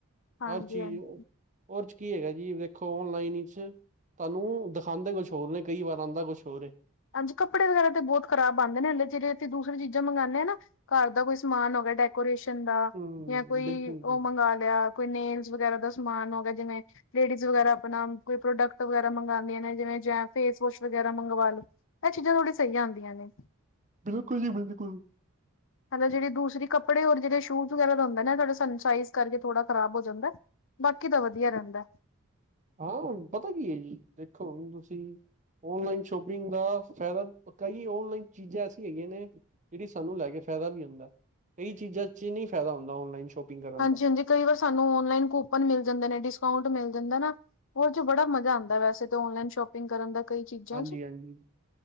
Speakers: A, on the left; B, on the right.
A: ਹਾਂਜੀ
B: ਹਰ ਚੀਜ਼,
A: ਹਾਂਜੀ
B: ਉਹਦੇ ਚ ਕੀ ਹੈਗਾ ਜੀ ਦੇਖੋ ਓਨਲਾਈਨ ਚ ਤੁਹਾਨੂੰ ਦਿਖਾਉਂਦੇ ਕੁਛ ਹੋਰ ਨੇ ਕਈ ਵਾਰ ਆਂਦਾ ਕੁਛ ਹੋਰ ਏ
A: ਹਾਂਜੀ, ਕੱਪੜ ਵਗੈਰਾ ਤੇ ਬਹੁਤ ਖਰਾਬ ਆਂਦੇ ਨੇੇ, ਜਿਡੇ ਅਸੀਂ ਦੂਸਰੀ ਚੀਜ਼ਾਂ ਮੰਗਾਣੇ ਆ ਨਾ ਘਰ ਦਾ ਕੋਈ ਸਮਾਨ ਹੋ ਗਿਆ। ਡੈਕੋਰੇਸ਼ਨ ਦਾ
B: ਹਮ
A: ਜਾਂ ਕੋਈ
B: ਬਿਲਕੁਲ
A: ਉਹ
B: ਜੀ
A: ਮੰਗਵਾ ਲਿਆ। ਕੋਈ ਨੇਲਜ਼ ਵਗੈਰਾ ਦਾ ਸਮਾਨ ਹੋ ਗਿਆ ਜਿਵੇਂ ਲੇਡੀਜ਼ ਵਗੈਰਾ ਆਪਣਾ ਕੋਈ ਪ੍ਰੋਡਕਟ ਵਗੈਰਾ ਮੰਗਾਦੀਆਂ ਨੇ, ਜਿਵੇ ਫੇਸ ਵੋਸ਼ ਵਗੈਰਾ ਮੰਗਵਾ ਲੋੋ ਇਹ ਚੀਜ਼ਾਂ ਥੋੜੀ ਸਹੀ ਆਂਦੀਆਂ ਨੇ
B: ਬਿਲਕੁਲ ਜੀ ਬਿਲਕੁਲ।
A: ਹੈਨਾ ਜਿਹੜੀ ਦੂਸਰੀ ਕੱਪੜੇ ਹੋਰ ਜੇੜੇ ਸ਼ੂਜ ਵਗੈਰਾ ਦਾ ਹੁੰਦਾ ਐ ਨਾ ਏਹ ਸਾਡੇ ਸਾਈਜ਼ ਕਰਕੇ ਥੋੜਾ ਖਰਾਬ ਹੋ ਜਾਂਦਾ ਐ। ਬਾਕੀ ਤਾਂ ਵਧੀਆ ਰਹਿੰਦਾ।
B: ਹਾ ਪਤਾ ਕੀ ਏ ਜੀ ਦੇਖੋ ਤੁਸੀਂ ਓਨਲਾਈਨ ਸ਼ੋਪਿੰਗ ਦਾ ਫਾਇਦਾ, ਕਈ ਓਨਲਾਈਨ ਚੀਜ਼ਾਂ ਐਸੀ ਹੈਗੀਆਂ ਨੇ ਜਿਹੜੀ ਸਾਨੂੰ ਲੈ ਕੇ ਫਾਇਦਾ ਵੀ ਹੁੰਂਦਾ, ਕਈ ਚੀਜ਼ਾਂ ਚ ਨਹੀਂ ਫਾਇਦਾ ਹੁੰਦਾ ਔਨਲਾਈਨ ਸ਼ੋਪਿੰਗ ਕਰਨ
A: ਹਾਂਜੀ-ਹਾਂਜੀ,
B: ਦਾ
A: ਕਈ ਵਾਰ ਸਾਨੂੰ ਔਨਲਾਈਨ ਕੂਪਨ ਮਿਲ ਜਾਂਦੇ ਨੇ, ਡਿਸਕਾਊਂਟ ਮਿਲ ਜਾਂਦਾ ਨਾ ਹੋਰ ਚ ਬੜਾ ਮਜ਼ਾ ਆਂਦਾ ਵੈਸੇ ਤਾਂ ਓਨਲਾਈਨ ਸ਼ੋਪਿੰਗ ਕਰਨ ਦਾ ਕਈ ਚੀਜ਼ਾਂ
B: ਹਾਂਜੀ
A: ਚ
B: ਹਾਂਜੀ